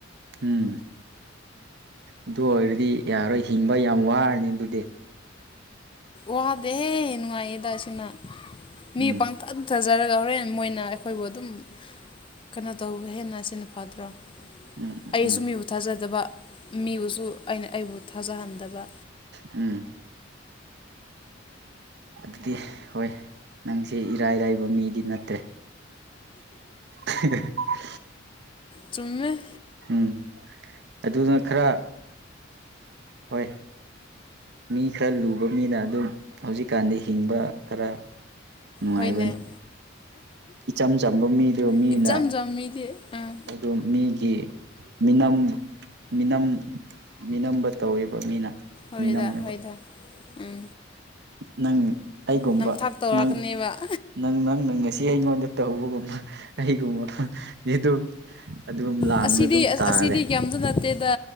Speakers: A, on the right (about 60°); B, on the left (about 25°).
A: ꯎꯝ ꯑꯗꯨ ꯑꯣꯏꯔꯗꯤ ꯌꯥꯔꯣꯏ ꯍꯤꯡꯕ ꯌꯥꯝ ꯋꯥꯔꯅꯤ ꯑꯗꯨꯗꯤ
B: ꯋꯥꯗꯦ ꯅꯨꯡꯉꯥꯏ ꯌꯦꯗ ꯁꯤꯅ ꯃꯤ
A: ꯎꯝ
B: ꯄꯥꯡ ꯇ ꯐꯖꯔꯒ ꯍꯣꯔꯦꯟ ꯃꯣꯏꯅ ꯑꯩꯈꯣꯏꯕꯨ ꯑꯗꯨꯝ ꯀꯩꯅꯣ ꯇꯧꯕ ꯍꯦꯟꯅ ꯑꯁꯤꯅ ꯐꯗ꯭ꯔꯣ
A: ꯎꯝ ꯎꯝ
B: ꯑꯩꯁꯨ
A: ꯎꯝ
B: ꯃꯤꯕꯨ ꯊꯥꯖꯗꯕ ꯃꯤꯕꯨꯁꯨ ꯑꯩꯅ ꯑꯩꯕꯨ ꯊꯥꯖꯍꯟꯗꯕ
A: ꯎꯝ ꯑꯗꯨꯗꯤ ꯍꯣꯏ ꯅꯪꯁꯦ ꯏꯔꯥꯏꯔꯥꯏꯕ ꯃꯤꯗꯤ ꯅꯠꯇ꯭ꯔꯦ ꯍꯍ
B: ꯆꯨꯝꯃꯦ
A: ꯎꯝ ꯑꯗꯨꯅ ꯈꯔ ꯍꯣꯏ ꯃꯤ ꯈꯔ ꯂꯨꯕ ꯃꯤꯅ ꯑꯗꯨꯝ ꯍꯧꯖꯤꯛꯀꯥꯟꯗꯤ ꯍꯤꯡꯕ ꯈꯔ ꯅꯨꯡꯉꯥꯏꯕꯅꯤ
B: ꯍꯣꯏꯅꯦ
A: ꯏꯆꯝ ꯆꯝꯕ ꯃꯤꯗꯨ ꯃꯤꯅ
B: ꯏꯆꯝ ꯆꯝꯃꯤꯗꯤ ꯑꯥ
A: ꯑꯗꯨ ꯃꯤꯒꯤ ꯃꯤꯅꯝ ꯃꯤꯅꯝ ꯃꯤꯅꯝꯕ ꯇꯧꯋꯦꯕ ꯃꯤꯅ
B: ꯍꯣꯏꯗ
A: ꯃꯤꯅꯝꯃꯦꯕ
B: ꯍꯣꯏꯗ ꯎꯝ
A: ꯅꯪ ꯑꯩꯒꯨꯝꯕ
B: ꯅꯝꯊꯥꯛ ꯇꯧꯔꯛꯀꯅꯦꯕ
A: ꯅꯪ ꯅꯪ ꯅꯪ ꯉꯁꯤ ꯑꯩꯉꯣꯟꯗ ꯇꯧꯕꯒꯨꯝꯕ ꯀꯩꯒꯨꯝꯕ ꯃꯤ ꯑꯗꯨꯝ ꯑꯗꯨꯝ ꯂꯥꯡꯅ
B: ꯑꯁꯤꯗꯤ
A: ꯑꯗꯨꯝ
B: ꯑꯁꯤꯗꯤ
A: ꯇꯥꯔꯦ
B: ꯀꯩꯝꯇ ꯅꯠꯇꯦꯗ